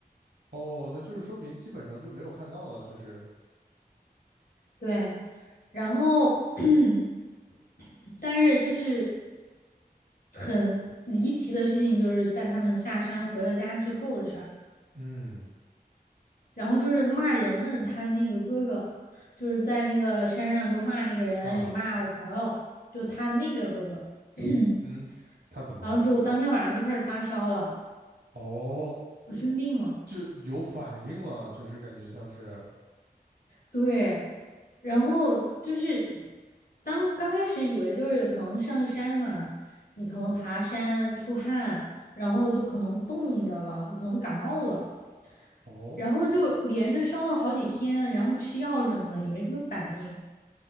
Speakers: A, on the right; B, on the left.
A: 哦，那就是说明基本上就没有看到了，就是
B: 对，然后 <clears throat> 但是就是很离奇的事情，就是在他们下山回了家之后的事儿。
A: 嗯
B: 然后就是骂人的他那个哥哥，就是在那个山上就骂那个人，
A: 啊
B: 也骂我朋友，就他那个哥哥，<clears throat>
A: 嗯，他怎么了？
B: 然后就当天晚上就开始发烧了，
A: 哦，
B: 就生病了，
A: 就有反应了，就是感觉像是，
B: 对，然后就是当刚开始以为就是可能上山嘛，你可能爬山出汗，然后就可能冻着了，可能感冒了。
A: 哦
B: 然后就连着烧了好几天，然后吃药什么的也没什么反应，